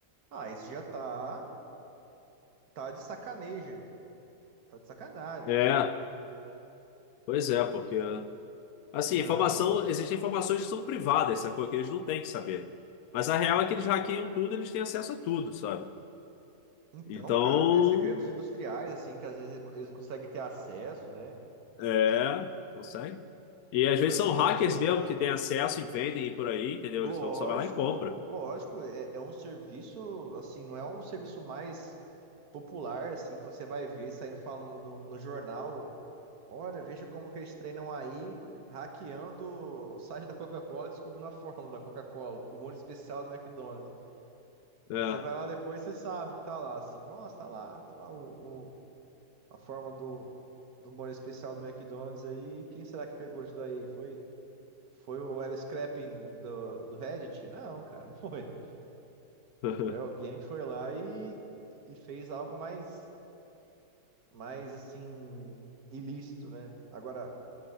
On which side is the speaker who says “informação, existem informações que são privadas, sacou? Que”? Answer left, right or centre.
Left